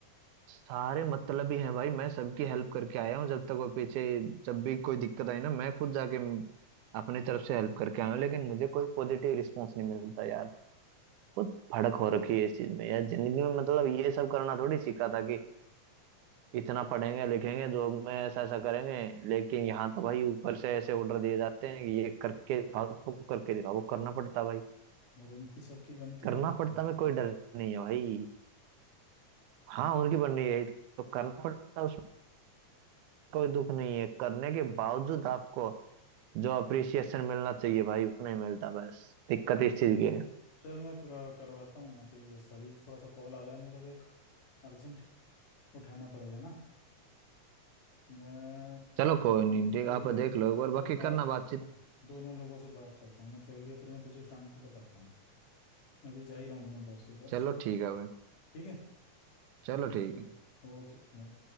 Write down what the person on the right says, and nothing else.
सारे मतलब ही हैं भाई मैं सबकी हेल्प करके आया हूँ जब तक वो पीछे जब भी कोई दिक्कत आई ना मैं खुद जाके म- अपनी तरफ से हेल्प करके आया हूँ लेकिन मुझे कोई पॉजिटिव रिस्पॉन्स नहीं मिलता यार बहुत भड़क हो रखी है इस चीज में यार जिंदगी में मतलब ये सब करना थोड़ी सीखा था कि इतना पढ़ेंगे लिखेंगे जॉब में ऐसा ऐसा करेंगे लेकिन यहाँ तो भाई ऊपर से ऐसे ऑर्डर दिए जाते हैं कि ये करके दिखाओ तो करके दिखाओ वो करना पड़ता भाई
करना
पड़ता
में कोई डर नहीं है भाई हाँ उनकी बन रही है यही तो करना पड़ता कोई दुख नहीं है करने के बावजूद आपको जो अप्रिसिएशन मिलना चाहिए भाई वो नहीं मिलता बस दिक्कत इस चीज की है
चलो कोई नहीं ठीक
आप देख लो एक बार
बाकी करना
बातचीत
चलो ठीक है भाई
चलो
ठीक है